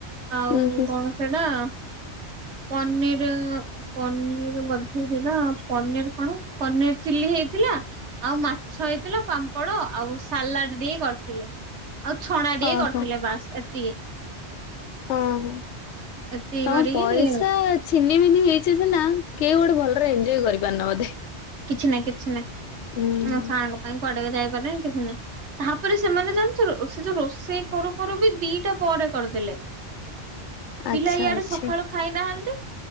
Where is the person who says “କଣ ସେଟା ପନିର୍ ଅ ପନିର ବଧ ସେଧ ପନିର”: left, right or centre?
Right